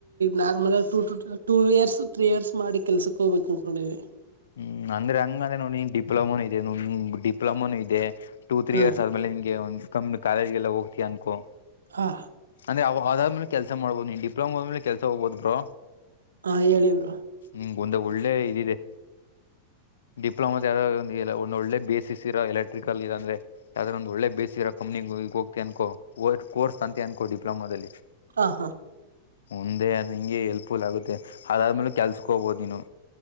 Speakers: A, on the right; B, on the left.
A: ನಾರ್ಮಲ್ ಆಗಿ two two years three years ಮಾಡಿ ಕೆಲ್ಸಕ್ ಹೋಗ್ಬೇಕು ಅನ್ಕೊಂಡಿವಿ
B: ಹ್ಮ್ ಅಂದ್ರೆ ಹಂಗ ಅದ್ರೆ ನೋಡಿ ಡಿಪ್ಲೊಮಾನೂ ಇದೆ ಡಿಪ್ಲೊಮಾನೂ ಇದೆ ಟೂ ತ್ರೀ
A: ಹ
B: ಇಯರ್ಸ್ ಆದ್ಮೇಲೆ ನಿಂಗೆ ಒಂದ ಕಾಲೇಜಗೆಲ್ಲ ಹೋಗ್ತಿಯ ಅನ್ಕೋ
A: ಹಾ
B: ಆ ಆದ್ಮೇಲೆ ಕೆಲಸ ಮಾಡ್ಬೋದು ನೀನ್ ಡಿಪ್ಲೋಮಾದ ಆದ ಮೇಲೆ ಕೆಲಸ ಹೋಗಬಹುದು ಬ್ರೋ
A: ಹಾ ಹೇಳಿ ಬ್ರೋ
B: ಹ ಒಂದ ಒಳ್ಳೆ ಇದಿದೆ ಡಿಪ್ಲೋಮೋ ಯಾವ ಒಂದ ಒಳ್ಳೆ ಬೇಸ ಇರೋ ಎಲೆಕ್ಟ್ರಿಕಲ್ ಅಂದ್ರೆ ಯಾವ್ದ್ರ್ ಬೇಸ್ ಇರೋ ನ ಹೋಗ್ತಿ ಅನ್ಕೋ ಕೋರ್ಸ್ ತಗೊತ್ತಿ ಅನ್ಕೋ ಡಿಪ್ಲೊಮಾದಲ್ಲಿ
A: ಹ ಹಾ
B: ಮುಂದೆ ನಿಂಗೆ ಎಲ್ಪ್ಫುಲ್ ಆಗುತ್ತೆ ಅದಾದ್ಮೇಲೆ ಕೆಲ್ಸಸ್ಕೋಬೋದು ನೀನು